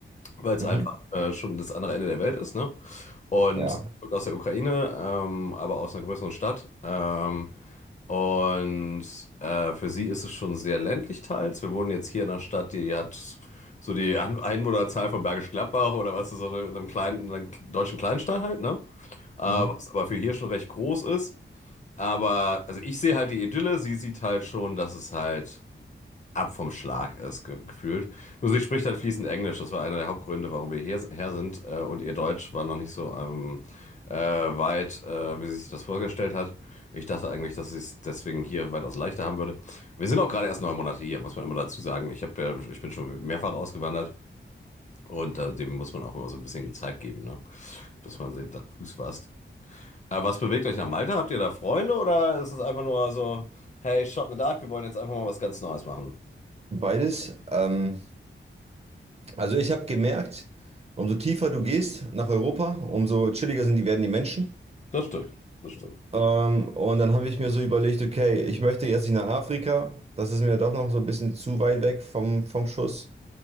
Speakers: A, on the left; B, on the right.
A: weil es
B: Mhm.
A: einfach äh, schon das andere Ende der Welt ist, ne? Und
B: Ja.
A: die kommt aus der Ukraine, ähm, aber aus einer größeren Stadt. Ähm, und äh, für sie ist es schon sehr ländlich teils. Wir wohnen jetzt hier in einer Stadt, die hat so die An- Einwohnerzahl von Bergisch Gladbach oder was ist so in einem kleinen, einer deutschen Kleinstadt halt, ne? Äh, was
B: Mhm.
A: aber für hier schon recht groß ist. Aber also ich sehe halt die Idylle, sie sieht halt schon, dass es halt ab vom Schlag ist, ge gefühlt. Nur sie spricht halt fließend Englisch. Das war einer der Hauptgründe, warum wir hierher sind. Äh, und ihr Deutsch war noch nicht so ähm, äh, weit, äh, wie sie sich das vorgestellt hat. Ich dachte eigentlich, dass sie es deswegen hier weitaus leichter haben würde. Wir sind auch gerade erst neun Monate hier, muss man immer dazu sagen. Ich, hab, ja- ich bin schon mehrfach ausgewandert. Und äh, dem muss man auch immer so ein bisschen Zeit geben, ne? bis man sie da Fuß fasst. Äh, was bewegt euch nach Malta? Habt ihr da Freunde oder ist es einfach nur so, hey, shot in the dark, wir wollen jetzt einfach mal was ganz Neues machen?
B: Beides. Ähm, also ich habe gemerkt, umso tiefer du gehst nach Europa, umso chilliger sind die, werden die Menschen.
A: Das stimmt, das stimmt.
B: Ähm, und dann habe ich mir so überlegt, okay, ich möchte jetzt nicht nach Afrika. Das ist mir doch noch so ein bisschen zu weit weg vom, vom Schuss.